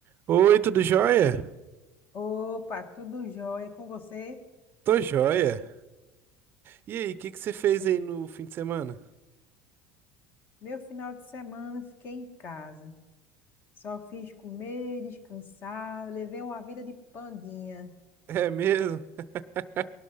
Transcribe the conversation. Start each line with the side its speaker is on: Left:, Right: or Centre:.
Right: Oi, tudo jóia?
Left: Opa, tudo jóia com você?
Right: Tô jóia. E aí, o que que você fez
Left: Beleza.
Right: aí no fim de semana?
Left: Meu final de semana eu fiquei em casa. Só fiz comer, descansar, levei uma vida de pandinha.
Right: É mesmo? <laughs>